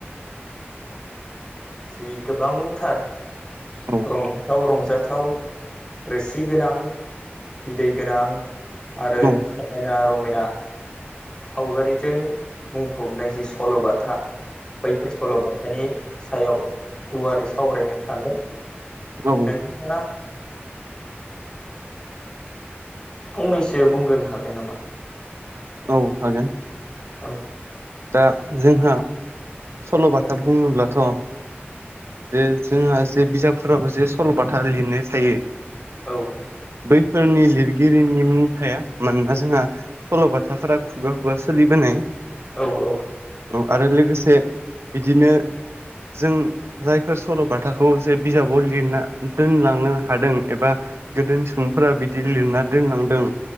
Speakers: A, on the left; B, on the right.
A: जि गोबांथार
B: औ
A: रंजाथाव रंजाथाव रोसि गोनां बिदै गोनां आरो
B: औ
A: समायना रमायना सावगारिजों बुंफबनाय जि सल'बाथा बैफोर सल'बाथानि सायाव गुवारै सावरायनो सानदों
B: औ
A: नोंथाङा फंनैसो बुंग्रोनो हागोन नामा?
B: औ हागोन
A: औ
B: दा जोंहा सल'बाथा बुङोब्लाथ' जे जोंहा जे बिजाबफोराबो जे सल'बाथा लिरनाय थायो
A: औ औ
B: बैफोरनि लिरगिरिनि मुंथाया मानोना जोंहा सल'बाथाफोरा खुगा खुगा सोलिबोनाय
A: औ औ
B: औ आरो लोगोसे बिदिनो जों जायफोर सल'बाथाखौ जे बिजाबाव लिरना दोनलांनो हादों एबा गोदोनि सुबुंफोरा बिदि लिरना दोनलांदों